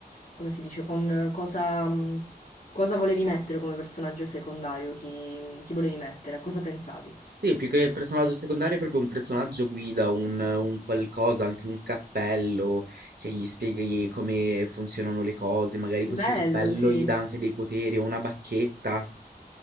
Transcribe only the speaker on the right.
Sì, più che personaggio secondario, è proprio un personaggio guida, un, un qualcosa, anche un cappello che gli spieghi come funzionano le cose. Magari questo
cappello
gli dà anche dei poteri o una bacchetta.